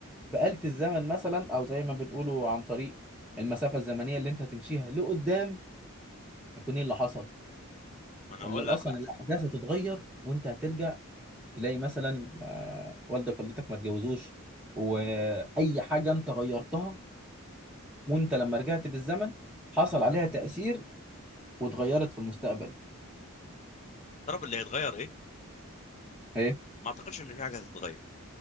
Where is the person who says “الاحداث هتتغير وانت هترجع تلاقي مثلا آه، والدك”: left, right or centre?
Centre